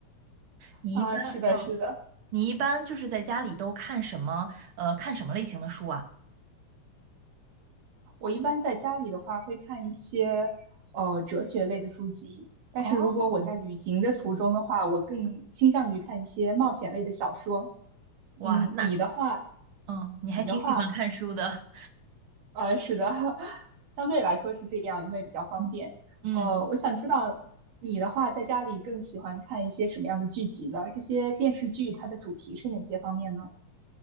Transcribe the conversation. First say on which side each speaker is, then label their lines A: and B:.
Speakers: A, on the right; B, on the right.
A: 你一般，
B: 啊，是的，是的，
A: 你一般就是在家里都看什么？呃，看什么类型的书啊？
B: 我一般在家里的话会看一些呃哲学类的书籍，但是如果我在旅行的途中的话，
A: 哦，
B: 我更倾向于看一些冒险类的小说。
A: 哇，
B: 嗯，
A: 那，
B: 你的话，
A: 嗯，你还挺喜欢看书的。
B: 你的话。呃，是的，<laughs> 相对来说是这样，因为比较方便。
A: 嗯。嗯
B: 呃，我想知道你的话，在家里更喜欢看一些什么样的剧集呢？这些电视剧它的主题是哪些方面呢？